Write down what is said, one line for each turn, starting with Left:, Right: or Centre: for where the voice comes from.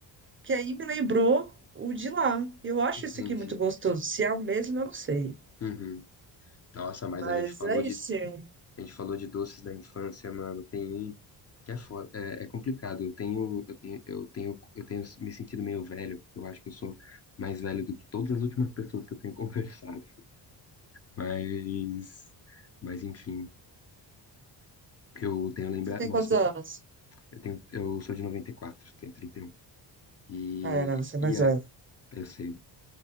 Right: que aí me lembrou o de lá. E Eu acho
Left: Entendi.
Right: isso aqui muito gostoso. Se é o mesmo, eu não sei.
Left: Uhum. Nossa, mas
Right: Mas
Left: a gente falou
Right: é
Left: de,
Right: isso. sim.
Left: a gente falou de doces da infância, mano. Tem um que é foda, é, é complicado. Eu tenho, eu tenho, eu tenho, eu tenho me sentido meio velho, porque eu acho que eu sou mais velho do que todas as últimas pessoas que eu tenho <laughs> conversado. Mas, mas enfim, eu tenho lembrar,
Right: Você tem
Left: nossa,
Right: quantos anos?
Left: eu tenho, eu sou de noventa e quatro tenho 31. E,
Right: Ah, é, não, você é
Left: um.
Right: mais
Left: e e é,
Right: velho.
Left: eu sei.